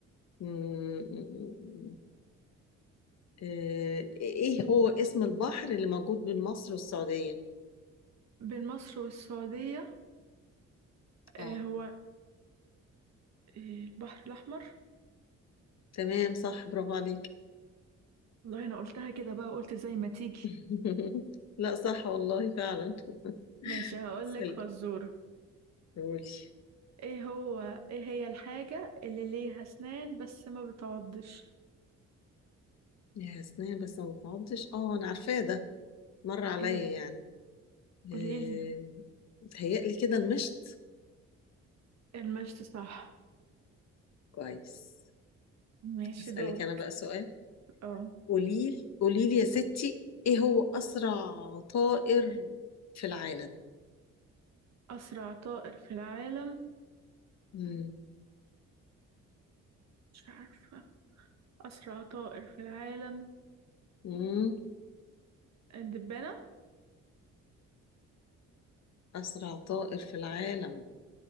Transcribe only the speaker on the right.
بين مصر والسعودية
آه، هو آه، البحر الأحمر
والله انا قلتها كده بقى قلت زي ما تيجي
ماشي
هقولك
فزورة
ايه هو ايه هي الحاجة اللي ليها أسنان بس ما بتعضش
ايه
قوليلي
المشط صح
ماشي
دورك
اه
أسرع طائر في العالم
مش عارفة أسرع طائر في العالم
الدبانة